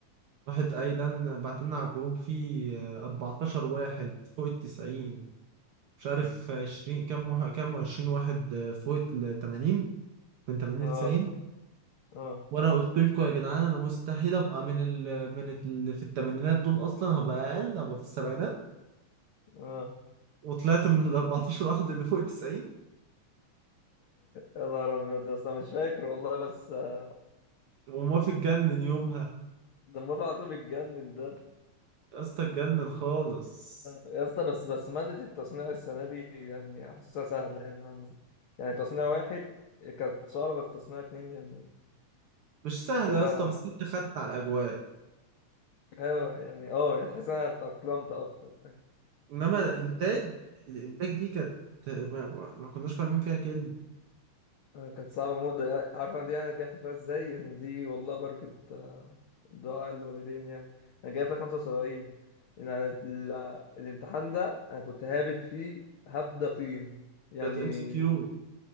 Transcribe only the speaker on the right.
راحت قايلة لنا بعت لنا على الجروب فيه آه، 14 واحد فوق التسعين مش عارف 20 كام واحد كام 20 واحد آه، فوق ال 80 من 80
ل 90
وانا قلت لكم يا جدعان انا مستحيل ابقى من ال من اللي في الثمانينات دول اصلا هبقى اقل هبقى في السبعينات
وطلعت من ال <laughs> 14 واحد اللي فوق ال 90
وموافق اتجنن يومها
يا اسطى اتجنن خالص
مش سهله
يا اسطى بس انت خدت على الاجواء
انما انتاج الانتاج دي كانت ما, ما ما كناش فاهمين فيها كلمه
كانت ام سي كيو